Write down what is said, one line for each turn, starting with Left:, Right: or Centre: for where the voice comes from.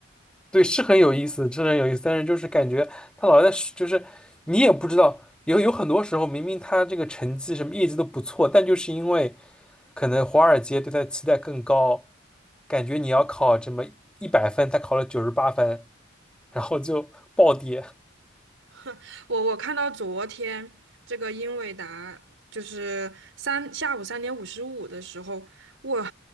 Centre: 对，是很有意思，是很有意思，但是就是感觉他老在是就是你也不知道，有有很多时候明明他这个成绩什么业绩都不错，但就是因为可能华尔街对他的期待更高。感觉你要考这么一百分，他考了九十八分，然后就暴跌。
Right: <laughs> 我我看到昨天这个英伟达就是三下午三点五十五的时候，我